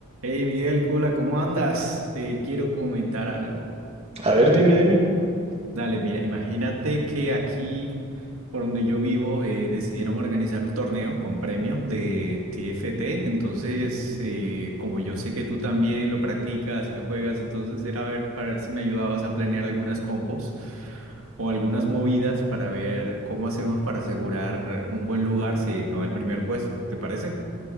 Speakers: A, on the right; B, on the right.
A: Hey Miguel, hola, ¿cómo andas? Te quiero comentar algo.
B: A ver, dime, dime.
A: Dale, mira, imagínate que aquí, por donde yo vivo, eh, decidieron organizar un torneo con premio de TFT. Entonces, eh, como yo sé que tú también lo practicas y lo juegas, entonces era ver para ver si me ayudabas a planear algunas compos o algunas movidas para ver cómo hacemos para asegurar un buen lugar, si no el primer puesto. ¿Te parece?